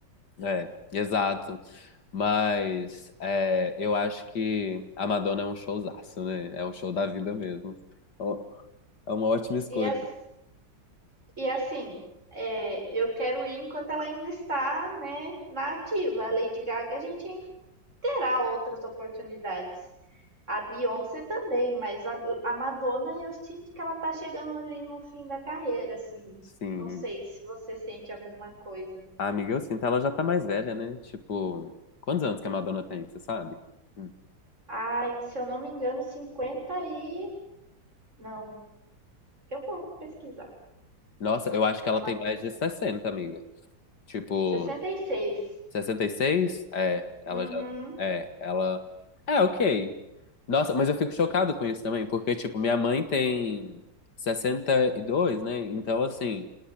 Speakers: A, on the left; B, on the right.
A: É, exato. Mas é, eu acho que a Madonna é um showzaço, né? É um show da vida mesmo. Ó, É uma ótima escolha.
B: E as- E assim, é, eu quero ir enquanto ela ainda está, né, na ativa. A Lady Gaga, a gente ainda terá outras oportunidades. A Beyoncé também, mas a, a Madonna, eu sinto que ela tá chegando ali no fim da carreira, assim.
A: Sim.
B: Não sei se você sente a mesma coisa.
A: A amiga, eu sinto, ela já tá mais velha, né? Tipo, quantos anos que a Madonna tem, você sabe? Hum.
B: Ai, se eu não me engano, 50 e. Não, eu vou pesquisar.
A: Nossa, eu acho que ela
B: A Madonna.
A: tem mais de 60 amiga. Tipo,
B: sessenta e seis.
A: 66, É, ela
B: Uhum.
A: já. É, ela. É, ok. Nossa, mas eu fico chocado com isso também, porque, tipo, minha mãe tem 62, né? Então, assim,